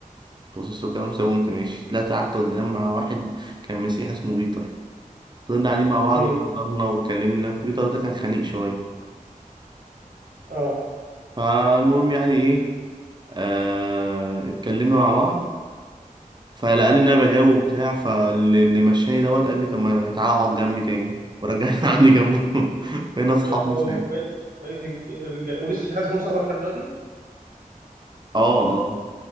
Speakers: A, on the right; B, on the right.
A: بصيت له كده مسوي وقمت ماشي طلعت قعدت قدام مع واحد كان مسيحي اسمه بيتر فضلنا قاعدين مع بعض
B: امم
A: وهزرنا واتكلمنا بيتر ده كان خنيق شويه
B: اه
A: فالمهم يعني ايه آه اتكلمنا مع بعض فلقاني ان انا بجاوب وبتاع فاللي مشاني دوت قال لي طب ما تعالى اقعد جنبي تاني ورجعني <laughs> عندي جنبه بقينا
B: ب-
A: اصحاب
B: بقوا
A: من ساعتها
B: بقيت بقيت الج- ج- ولسه في حد فيهم صاحبك لحد دلوقتي
A: اه